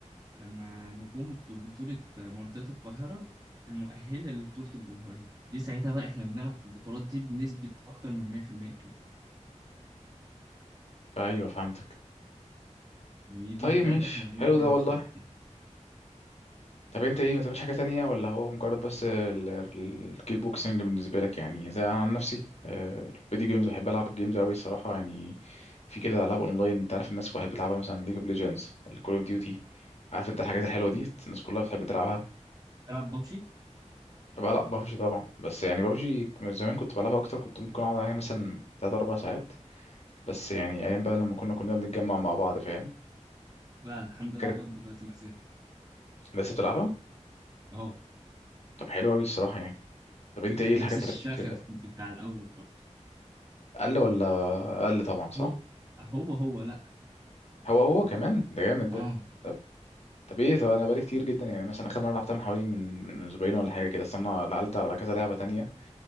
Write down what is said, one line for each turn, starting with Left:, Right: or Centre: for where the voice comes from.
Right: لما نقوم في بطولة منطقة القاهرة المؤهلة لبطولة الجمهورية دي ساعتها بقى احنا بنلعب في البطولات دي بنسبة أكتر من 100% كده
Left: آه، ايوه فهمتك
Right: يعني دي
Left: طيب
Right: ساعتها
Left: مش
Right: احنا بنقتل
Left: حلو ده
Right: نفسنا
Left: والله
Right: فيها
Left: طب انت ايه ما بتعملش حاجه تانية ولا هو مجرد بس ال- ال- الكيك بوكسنج بالنسبه لك يعني زي انا عن نفسي آه، الفيديو جيمز بحب العب الجيمز قوي الصراحه يعني في كده العاب اونلاين انت عارف الناس بتحب تلعبها مثلا ليج اوف ليجندز الكول اوف ديوتي عارف انت الحاجات الحلوه دي الناس كلها بتحب تلعبها
Right: تلعب ببجي؟
Left: بلعب ببجي طبعا بس يعني ببجي من زمان كنت بلعبها اكتر كنت ممكن اقعد عليها مثلا 3 4 ساعات بس يعني ايام بقى لما كنا كنا بنتجمع مع بعض فاهم
Right: لا الحمد
Left: فكانت
Right: لله لغاية دلوقتي ما زلت
Left: لسه بتلعبها
Right: اهو
Left: طب حلوه قوي الصراحه يعني طب انت
Right: في
Left: ايه الحاجات
Right: نفس الشغف
Left: اللي بت-
Right: بتاع الأول برضه
Left: اقل ولا اقل طبعا صح
Right: هو هو هو لا
Left: هو هو كمان ده جامد ده
Right: اه
Left: طب طب ايه طب انا بقالي كتير جدا يعني مثلا اخر مره لعبتها من حوالي من من اسبوعين ولا حاجه كده اصل انا لعلت على كذا لعبه تانية